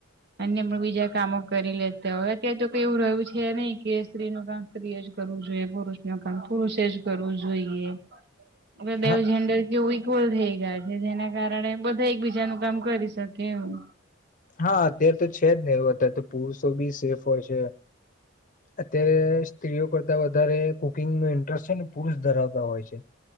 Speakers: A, on the right; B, on the left.
A: અન્ય પણ બીજા કામો કરી લેતા હોય અત્યારે તો કઈ એવું રહ્યું છે નહી કે સ્ત્રીનું કામ સ્ત્રીએ જ કરવું જોઈએ પુરુષનું કામ પુરુષે જ કરવું જોઈએ. હવે બેવ
B: હ
A: જેન્ડર કેવું ફૂલ થઈ ગયા છે જેના કારણે બધા એક બીજાનું કામ કરી શકે એવું.
B: હા, અત્યારે તો છે જ ને એવું અત્યારે તો પુરુષો બી સેફ હોય છે.
A: <inaudible>
B: અત્યારે સ્ત્રીઓ કરતા વધારે કુકિંગનો ઇન્ટરેસ્ટ છે ને પુરુષ ધરાવતા હોય છે.